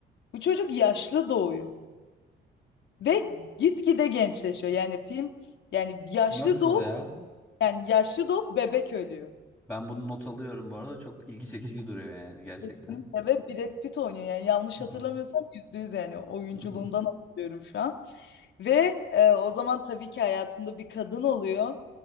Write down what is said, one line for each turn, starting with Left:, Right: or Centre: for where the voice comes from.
Left: Bu çocuk yaşlı doğuyor ve gitgide gençleşiyor. Yani film yani yaşlı
Centre: Nasıl
Left: doğup
Centre: ya?
Left: yani yaşlı doğup bebek ölüyor.
Centre: Ben bunu not alıyorum bu arada. Çok ilgi çekici duruyor yani gerçekten.
Left: Kesinlikle ve Brad Pitt oynuyor yani yanlış
Centre: Hı
Left: hatırlamıyorsam
Centre: hı.
Left: yüzde yüz yani oyunculuğundan
Centre: Hı hı.
Left: hatırlıyorum şu an. Ve e, o zaman tabii ki hayatında bir kadın oluyor